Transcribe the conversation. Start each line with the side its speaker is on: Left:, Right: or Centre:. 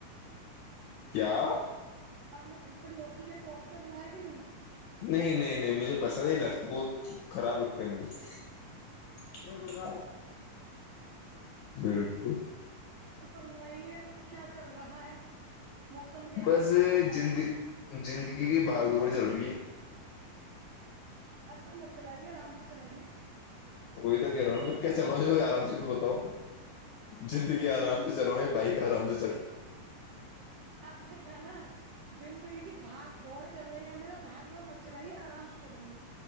Left: کیا
Right: آپنے گھر پہ لوکی کے کوفتے بنائے کہ نہیں
Left: نہیں نہیں نہیں مجھے پسند ہی لگتا بت خراب لگتے ہیں مجھے <unintelligible> ہمم بالکل
Right: فرمائیے کیا چل رہا ہے موسم کے
Left: بس
Right: حال چال بتائائے
Left: زندگی زندگی کی باگدڑ چل رہی ہے
Right: بھگدڑ مت چلائیے آرام سے چلائیے
Left: وہی تو گہ رہا نا میں کیا چلاؤوں آرام سے تو بتاؤ زندگی آرام سے چلوؤ یا بائک آرام سے چلو
Right: آپ سے کانا زندگی کی بھاگ دوڑ چل رہی ہے ہم نےا بھاگ دوڑ مت چلائی ہے آرام سے چلائیے